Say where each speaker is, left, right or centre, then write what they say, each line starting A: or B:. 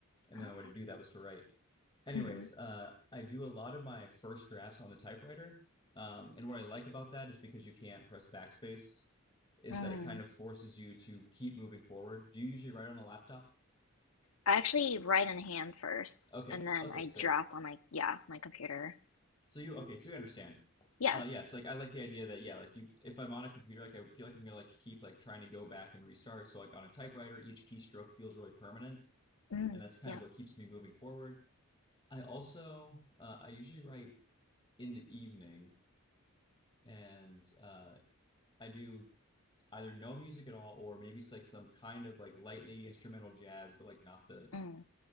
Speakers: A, on the left (about 25°); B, on the left (about 80°).
A: and
B: Oh,
A: the
B: wow.
A: only way to do that was to write. Anyways,
B: hmm
A: uh, I do a lot of my first drafts on the typewriter, um, and what I like about that is because you can't press backspace is
B: Mm.
A: that it kind of forces you to keep moving forward. Do you usually write on a laptop?
B: I actually write in hand first,
A: Okay,
B: and then
A: okay,
B: I
A: so
B: draft on my yeah my computer.
A: so you okay, so you understand.
B: Yeah.
A: Uh, yes, like I like the idea that yeah, like you, if I'm on a computer, like I feel like I'm gonna like keep like trying to go back and restart. So like on a typewriter, each keystroke feels really permanent,
B: Mm.
A: and that's kind
B: Yep.
A: of what keeps me moving forward. I also uh, I usually write in the evening, and uh, I do either no music at all or maybe it's like some kind of like lightly instrumental jazz, but like not the
B: Mm.